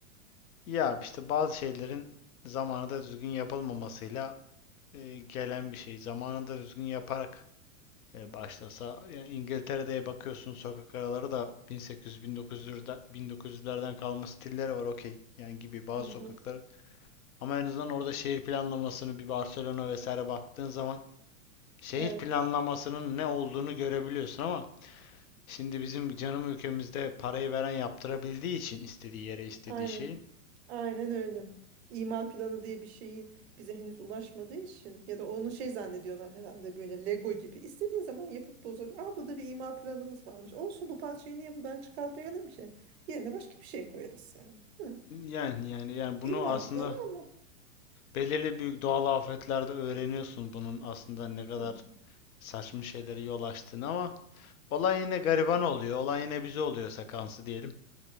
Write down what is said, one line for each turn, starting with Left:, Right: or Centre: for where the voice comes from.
Left: ya işte bazı şeylerin zamanında düzgün yapılmamasıyla e, gelen bir şey. Zamanında düzgün yaparak e, başlasa. Yani İngiltere'de bakıyorsun sokak araları da 1800-1900'lerden 1900'lerden kalma stilleri var okey. Yani gibi bazı
Right: Hı hı.
Left: sokakları. Ama en azından orada şehir planlamasını bir Barcelona vesaire baktığın zaman şehir
Right: Evet.
Left: planlamasının ne olduğunu görebiliyorsun ama şimdi bizim canım ülkemizde parayı veren yaptırabildiği için istediği yere istediği
Right: Aynen.
Left: şeyi
Right: Aynen öyle. İmal planı diye bir şeyin bize henüz ulaşmadığı için ya da onu şey zannediyorlar herhalde böyle Lego gibi. İstediğin zaman yapıp bozabilir. Aa burada bir imal planımız varmış. Olsun bu parçayı niye buradan çıkartmayalım ki? Yerine başka bir şey koyarız yani. Değil mi?
Left: yani yani yani bunu
Right: İmal
Left: aslında
Right: planı ama.
Left: belirli büyük doğal afetlerde öğreniyorsun bunun aslında ne kadar
Right: Hı.
Left: saçma şeylere yol açtığını ama Olan yine gariban oluyor. Olan yine bize oluyor sekansı diyelim.